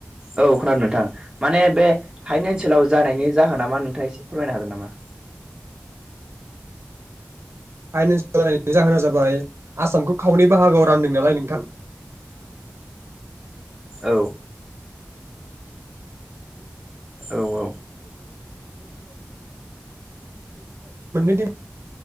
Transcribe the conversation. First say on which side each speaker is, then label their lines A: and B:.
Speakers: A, on the right; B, on the right.
A: औ खोनादों नोंथां माने बे हायेन ओनसो लाव जानायनि जाहोना मा नोंथाङा एसे फोरमायनो हागोन नामा?
B: फाइनान्स <unintelligible> जाहोना जाबाय आसामखौ खावनै बाहागोआव रान्दों नालाय नोंथां।
A: औ औ
B: <unintelligible> <unintelligible>